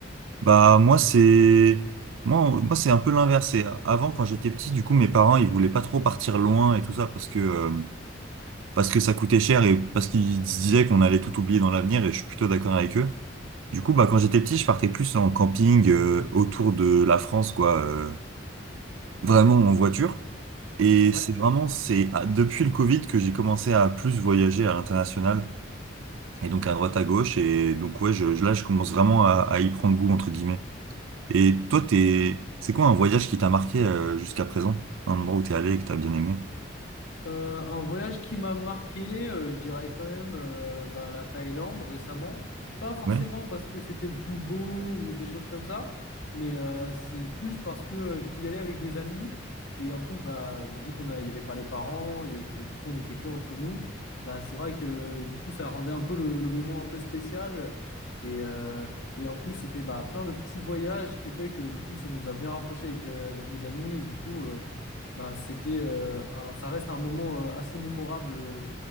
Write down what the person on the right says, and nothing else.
Bah moi c'est moi moi c'est un peu l'inverse. C'est- Avant quand j'étais petit, du coup mes parents ils voulaient pas trop partir loin et tout ça parce que euh, parce que ça coûtait cher et parce qu'ils se disaient qu'on allait tout oublier dans l'avenir et je suis plutôt d'accord avec eux. Du coup bah quand j'étais petit, je partais plus en camping euh, autour de la France quoi, euh, vraiment en voiture. Et
c'est vraiment c'est ah, depuis le Covid que j'ai commencé à plus voyager à l'international. Et donc à
droite à gauche. Et donc ouais, je, je- là, je commence vraiment à, à y prendre goût, entre guillemets. Et toi, t'es, c'est quoi un voyage qui t'a marqué euh, jusqu'à présent? Un endroit où t'es allé et que t'as bien aimé?
Ouais.